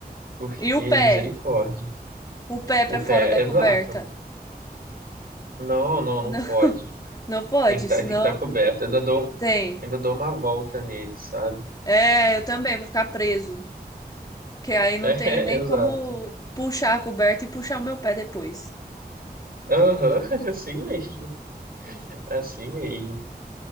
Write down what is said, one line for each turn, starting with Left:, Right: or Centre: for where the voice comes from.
Right: porque
Left: E o pé?
Right: misericórdia.
Left: O pé pra
Right: O
Left: fora
Right: pé,
Left: da coberta?
Right: exato. Não, não,
Left: Não,
Right: não pode.
Left: não pode,
Right: Tem que estar,
Left: senão
Right: tem que estar coberto. Eu ainda dou,
Left: tem.
Right: ainda dou uma volta nele, sabe?
Left: É, eu também, vou ficar preso. Que aí não
Right: <laughs> É,
Left: tem nem
Right: exato.
Left: como puxar a coberta e puxar o meu pé depois.
Right: Aham, <laughs> assim mesmo, assim mesmo.